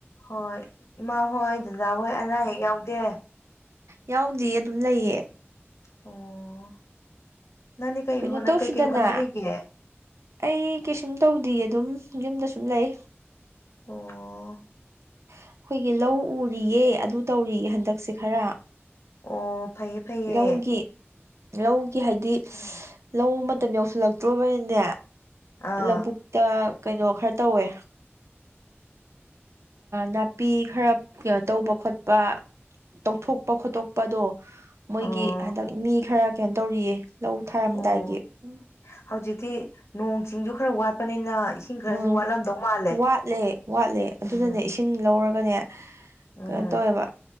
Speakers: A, on the left; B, on the right.
A: ꯍꯣꯏ ꯏꯃꯥ ꯍꯣꯏ ꯗꯗꯥ ꯍꯣꯏ ꯑꯅꯥ ꯑꯌꯦꯛ ꯌꯥꯎꯗꯦ
B: ꯌꯥꯎꯗꯤꯌꯦ ꯑꯗꯨꯝ ꯂꯩꯌꯦ
A: ꯑꯣ ꯅꯪꯗꯤ ꯀꯩ
B: ꯀꯩꯅꯣ
A: ꯍꯣꯠꯅ
B: ꯇꯧꯁꯤꯗꯅ
A: ꯀꯩꯀꯩ ꯍꯣꯠꯅꯔꯤꯒꯦ
B: ꯑꯩ ꯀꯩꯁꯨꯝ ꯇꯧꯗꯤꯌꯀ ꯑꯗꯨꯝ ꯌꯨꯝꯗ ꯁꯨꯝ ꯂꯩ
A: ꯑꯣ
B: ꯑꯩꯈꯣꯏꯒꯤ ꯂꯧ ꯎꯔꯤꯌꯦ ꯑꯗꯨ ꯇꯧꯔꯤꯌꯦ ꯍꯟꯗꯛꯁꯦ ꯈꯔ
A: ꯑꯣ ꯐꯩꯌꯦ ꯐꯩꯌꯦ
B: ꯂꯧꯒꯤ ꯂꯧꯒꯤ ꯍꯥꯏꯗꯤ ꯂꯧ ꯃꯇꯝ ꯌꯧꯁꯤꯜꯂꯛꯇ꯭ꯔꯣꯕꯅꯤꯅꯦ
A: ꯑꯥ
B: ꯂꯧꯕꯨꯛꯇ ꯀꯩꯅꯣ ꯈꯔ ꯇꯧꯋꯦ ꯅꯥꯄꯤ ꯈꯔ ꯀꯩꯅꯣ ꯇꯧꯕ ꯈꯣꯠꯄ ꯇꯧꯊꯣꯛ ꯄ ꯈꯣꯠꯇꯣꯛꯄꯗꯣ ꯃꯣꯏꯒꯤ
A: ꯑꯣ
B: ꯍꯟꯗꯛ ꯃꯤ ꯈꯔ ꯀꯩꯅꯣ ꯇꯧꯔꯤꯌꯦ ꯂꯧ ꯊꯥꯔꯝꯗꯥꯏꯒꯤ
A: ꯑꯣ
B: ꯎꯝ
A: ꯍꯧꯖꯤꯛꯇꯤ ꯅꯣꯡ ꯆꯤꯡꯁꯨ ꯈꯔ ꯋꯥꯠꯄꯅꯤꯅ ꯏꯁꯤꯡ ꯈꯔꯁꯨ
B: ꯎꯝ
A: ꯋꯥꯠꯂꯝꯗꯧ ꯃꯥꯜꯂꯦ
B: ꯋꯥꯠꯂꯦ ꯋꯥꯠꯂꯦ ꯑꯗꯨꯅꯅꯦ
A: ꯎꯝ
B: ꯏꯁꯤꯡ ꯂꯧꯔꯒꯅꯦ
A: ꯎꯝ
B: ꯀꯩꯅꯣ ꯇꯧꯋꯦꯕ